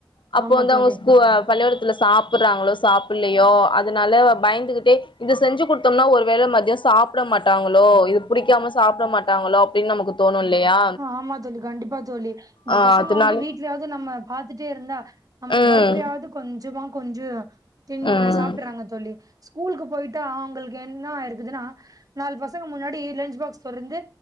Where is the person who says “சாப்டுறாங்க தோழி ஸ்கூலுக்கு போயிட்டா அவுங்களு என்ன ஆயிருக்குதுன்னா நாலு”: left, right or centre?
Right